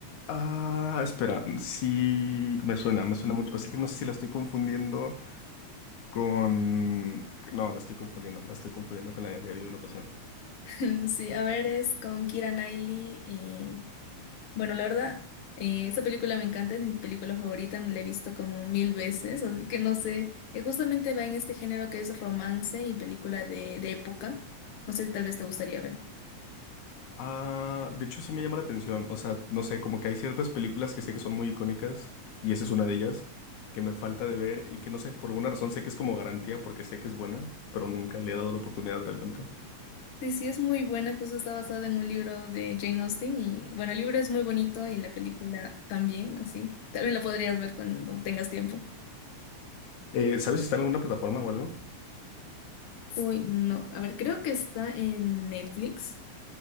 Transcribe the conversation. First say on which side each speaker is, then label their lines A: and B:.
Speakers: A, on the left; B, on the left.
A: Ah, espera, sí, me suena, me suena mucho. Así que no sé si la estoy confundiendo con... No, la estoy confundiendo, la estoy confundiendo con la de Diario de una Pasión.
B: <laughs> Sí, a ver, es con Keira Knightley Bueno, la verdad, eh, esa película me encanta, es mi película favorita, la he visto como mil veces, así que no sé, eh, justamente va en este género que es romance y película de, de época, no sé si tal vez te gustaría ver.
A: Ah, de hecho sí me llama la atención. O sea, no sé, como que hay ciertas películas que sé que son muy icónicas, y esa es una de ellas, que me falta de ver y que no sé, por alguna razón sé que es como garantía porque sé que es buena, pero nunca le he dado la oportunidad realmente.
B: Sí, sí, es muy buena, justo está basada en un libro de Jane Austen y bueno, el libro es muy bonito y la película también, así, tal vez la podrías ver cuando tengas tiempo.
A: Eh, ¿sabes si está en alguna plataforma o algo?
B: Uy, no, a ver, creo que está en Netflix,